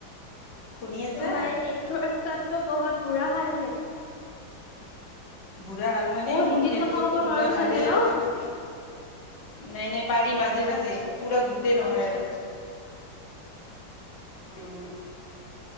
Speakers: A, on the left; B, on the left.
A: শুনি আছা?
B: তোমহাৰে নেটৱৰ্কাটো বহুত বুৰা হাল হে।
A: বুঢ়া হাল মানে
B: অ'
A: মোৰ
B: হিন্দীত
A: নেটৱৰ্কটো
B: কথা ক'ব নোৱাৰো
A: বুঢ়া হালেই
B: চাগে ন?
A: আৰু মানে নাই নাই পাৰি মাজে মাজে
B: আচ্ছা
A: পুৰা গোটেই নহয়
B: আচ্ছা
A: আৰু
B: আচ্ছা।
A: উম